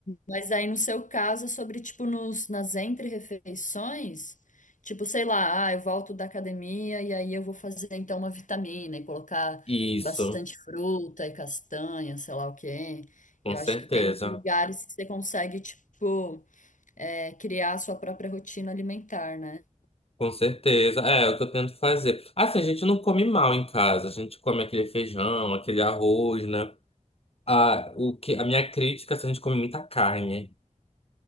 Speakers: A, on the left (about 65°); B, on the left (about 45°).
A: Mas aí, no seu caso, é sobre, tipo, nos, nas entre-refeições, tipo, sei lá, ah, eu volto da academia e aí eu vou fazer, então, uma vitamina e colocar
B: Isso,
A: bastante fruta e castanha, sei lá o quê.
B: com
A: Eu
B: certeza.
A: acho que tem uns lugares que você consegue, tipo é, criar a sua própria rotina alimentar, né?
B: Com certeza. É, é o que eu tento fazer. Assim, a gente não come mal em casa. A gente come aquele feijão, aquele arroz, né? A, o que, a minha crítica é se a gente come muita carne.